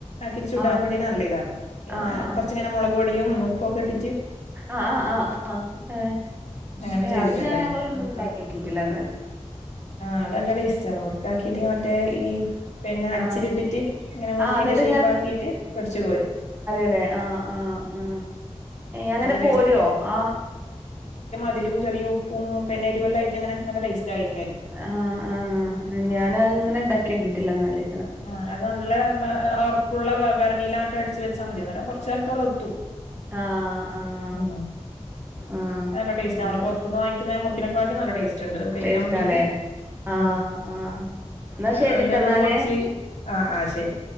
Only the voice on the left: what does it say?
രി ചുടാൻ
വേണ്ടി നല്ലതാണ്
കൊറച്ചിങ്ങനെ മുളക് പൊടും ഉപ്പും ഒക്കെ ഇട്ടി
അങ്ങനെ
ചെയ്തിട്ടുണ്ടായിന്
മുറുക്കാക്കി
ആ അത് നല്ല ടേസ്റ്റ് ആണ് മുറക്കാക്കിട്ട മറ്റേ ഈ പിന്നെ അച്ചിലിട്ടിട്ട്
ഇങ്ങനെ മുർക്കിന്റെ
ഷേ്പ്പാക്കീട്ട് പൊര്ച്ചു കോരും
നല്ല
അതിരും ചെറിയ ഉപ്പും പിന്നെ എരുവെല്ല ആയ്ട്ട്ങ്ങനെ നല്ല ടേസ്റ്റാ കഴിക്കാന്
ആ അത് നല്ല ഉറപ്പുള്ള ഭരണിയിലാൺട്ട് അടച്ച് വെച്ചാ മതി അന്നേരം കുറച്ച് കാലത്തോളം എത്തും
ഉം
നല്ല ടേസ്റ്റാ
നമ്മള് പുറത്ത്ന്ന് വാങ്ങിക്കുന്ന മുറുക്കിനെക്കൊട്ടിലും നല്ല ടേസ്റ്റ് ഉണ്ട് അത് കഴിക്കാൻ
വേണ്ടീട്ട്
ആ
അതിന്റെ
കൂടെ കുറച്ച് ആ ആ ശരി